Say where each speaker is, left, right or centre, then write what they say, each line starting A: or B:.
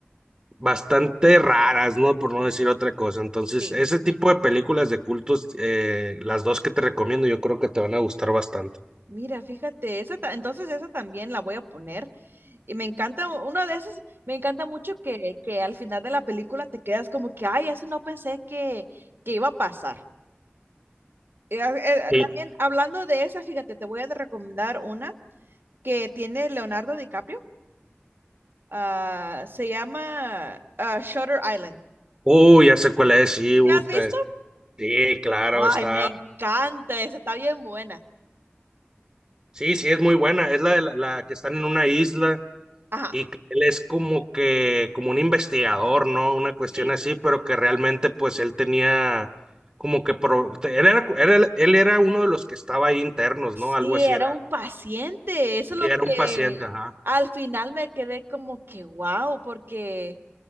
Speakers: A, on the right (about 25°); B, on the right (about 65°).
A: bastante raras, ¿no? Por no decir otra cosa. Entonces,
B: Sí.
A: ese tipo de películas de cultos, eh, las dos que te recomiendo, yo creo que te van a gustar bastante.
B: Mira, fíjate, esa ta- entonces esa también la voy a poner. Y me encanta, una de esas, me encanta mucho que, que al final de la película te quedas como que, ay, eso no pensé que, que iba a pasar. Eh, eh,
A: Sí.
B: también hablando de esa, fíjate, te voy a recomendar una. que tiene Leonardo DiCaprio. Ah, se llama ah, Shutter Island.
A: Uy, ya sé cuál es, sí, puta,
B: ¿La has visto?
A: sí, claro,
B: Ay,
A: está.
B: me encanta, esa está bien buena.
A: Sí, sí, es muy buena. Es la, de la, la que están en una isla
B: Ajá,
A: Y que él es como que, como un investigador, ¿no? Una cuestión
B: sí.
A: así, pero que realmente pues él tenía como que, pro- te- él era, era el- él era uno de los que estaba ahí internos,
B: Sí,
A: ¿no? Algo así
B: era
A: era,
B: un paciente. Eso es
A: y
B: lo
A: era
B: que
A: un paciente, ajá.
B: al final me quedé como que wow, porque